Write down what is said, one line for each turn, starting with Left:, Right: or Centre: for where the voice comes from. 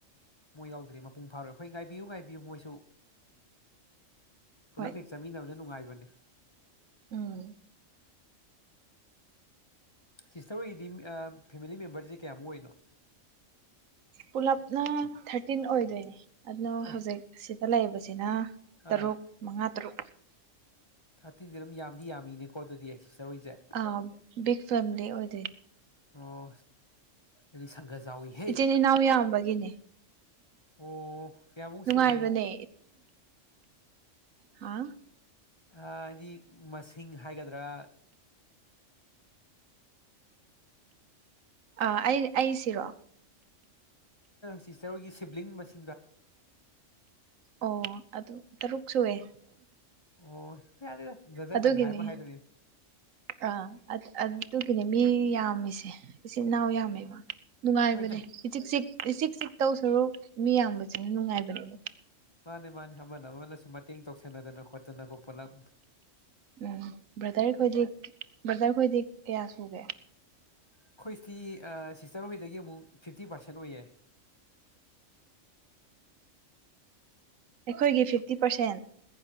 Left: ꯃꯣꯏ ꯌꯥꯎꯗꯗꯤ ꯃꯄꯨꯡ ꯐꯥꯔꯣꯏ ꯑꯩꯣꯏ ꯉꯥꯏꯕꯤꯌꯨ ꯉꯥꯏꯕꯤꯌꯨ ꯃꯣꯏꯁꯨ ꯄꯨꯜꯂꯞ
Right: ꯍꯣꯏ
Left: ꯍꯦꯛ ꯆꯥꯃꯤꯟꯅꯕꯅ ꯅꯨꯡꯉꯥꯏꯕꯅꯤ
Right: ꯎꯝ
Left: ꯁꯤꯁꯇꯔ ꯑꯣꯏꯗꯤ ꯐꯦꯃꯤꯂꯤ ꯃꯦꯝꯕꯔꯁꯦ ꯀꯌꯥꯃꯨꯛ ꯑꯣꯏꯔꯤꯅꯣ
Right: ꯄꯨꯂꯞꯅ ꯊꯥꯔꯇꯤꯟ ꯑꯣꯏꯗꯣꯏꯅꯦ ꯑꯗꯣ
Left: ꯑꯦ
Right: ꯍꯧꯖꯤꯛ ꯑꯁꯤꯗ ꯂꯩꯕꯁꯤꯅ
Left: ꯑꯥ
Right: ꯇꯔꯨꯛ ꯃꯉꯥ ꯇꯔꯨꯛ
Left: ꯊꯥꯔꯇꯤꯟꯁꯦ ꯑꯗꯨꯝ ꯌꯥꯝꯗꯤ ꯌꯥꯝꯃꯤꯅꯦꯀꯣ ꯑꯗꯨꯗꯤ ꯑꯩ ꯁꯤ ꯆꯔꯣꯏꯁꯦ
Right: ꯑ ꯕꯤꯛ ꯐꯦꯃꯤꯂꯤ ꯑꯣꯏꯗꯣꯏ
Left: ꯑꯣ ꯑꯗꯨꯁꯒ ꯆꯥꯎꯏꯍꯦ
Right: ꯏꯆꯤꯟ ꯏꯅꯥꯎ ꯌꯥꯝꯕꯒꯤꯅꯦ
Left: ꯑꯣ ꯀꯌꯥꯃꯨꯛ
Right: ꯅꯨꯡꯉꯥꯏꯕꯅꯦ
Left: ꯁꯨꯒꯦ
Right: ꯍꯥ
Left: ꯍꯥꯏꯗꯤ ꯃꯁꯤꯡ ꯍꯥꯏꯒꯗ꯭ꯔꯥ
Right: ꯑ ꯑꯩ ꯑꯩꯁꯤꯔꯣ
Left: ꯁꯤꯁꯇꯔꯒꯤ ꯁꯤꯕ꯭ꯂꯤꯡ ꯃꯁꯤꯡ
Right: ꯑꯣ ꯑꯗꯨ ꯇꯔꯨꯛ ꯁꯨꯑꯦ
Left: ꯑꯣ ꯌꯥ ꯌꯥꯗ ꯖꯖꯇꯪ
Right: ꯑꯗꯨꯒꯤꯅꯦ
Left: ꯍꯥꯏꯕ ꯍꯥꯏꯗꯨꯅꯤ
Right: ꯑꯥ ꯑꯗꯨꯒꯤꯅꯦ ꯃꯤ ꯌꯥꯝꯃꯤꯅꯦ ꯏꯆꯤꯟꯜ ꯏꯅꯥꯎ ꯌꯥꯝꯃꯦꯕ ꯅꯨꯡꯉꯥꯏꯕꯅꯦ
Left: ꯍꯣꯏꯗ
Right: ꯏꯆꯤꯛ ꯆꯤꯛ ꯏꯆꯤꯛ ꯆꯤꯛ ꯇꯧ ꯁꯔꯨꯛ ꯃꯤꯌꯥꯝꯕꯁꯤꯅ ꯅꯨꯡꯉꯥꯏꯕꯅꯦꯕ
Left: ꯃꯥꯅꯤ ꯃꯥꯅꯤ ꯑꯃꯅ ꯑꯃꯅꯁꯨ ꯃꯇꯦꯡ ꯇꯧꯁꯟꯅꯗꯅ ꯈꯣꯠꯇꯅ ꯈꯣ ꯄꯨꯣꯠꯂꯞ
Right: ꯎꯝ ꯕ꯭ꯔꯗꯔ ꯈꯣꯏꯗꯤ ꯕ꯭ꯔꯗꯔ ꯈꯣꯏꯗꯤ ꯀꯌꯥ ꯁꯨꯒꯦ
Left: ꯑꯩꯈꯣꯏꯁꯤ ꯁꯤꯁꯇꯔ ꯍꯣꯏꯗꯒꯤ ꯑꯃꯨꯛ ꯐꯤꯐꯇꯤ ꯄꯥꯔꯁꯦꯟ ꯑꯣꯏꯌꯦ
Right: ꯑꯩꯈꯣꯏꯒꯤ ꯐꯤꯐꯇꯤ ꯄꯥꯔꯁꯦꯟ